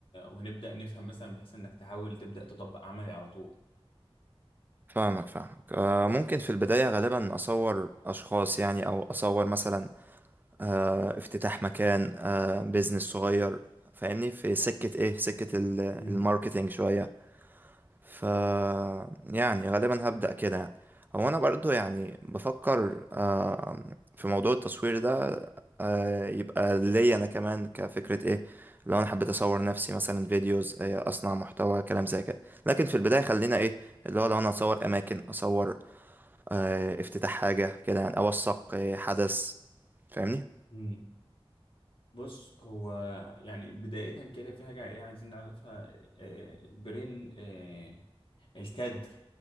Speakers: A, on the left (about 60°); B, on the right (about 20°).
A: ونبدأ نفهم مثلا بحيث انك تحاول تبدأ تطبق عملي على طول
B: فاهمك فاهمك آه ممكن في البداية غالبا أصور أشخاص يعني أو أصور مثلا آه، افتتاح مكان آه، بيزنس صغير فاهمني في سكة ايه في سكة ال-
A: مم.
B: الماركتينج شوية ف يعني غالبا هبدأ كده يعني هو انا برضو يعني بفكر آه، في موضوع التصوير ده آه، يبقى ليا انا كمان كفكرة ايه لو انا حبيت اصور نفسي مثلا فيديوز آه، اصنع محتوى كلام زي كده لكن في البداية خلينا ايه اللي هو لو انا اصور اماكن اصور آه، افتتاح حاجة كده يعني اوثق آه، حدث فاهمني
A: مم. بص هو يعني بداية كده في حاجة ايه عايزين نعرفها آه، البرين آه، الكادر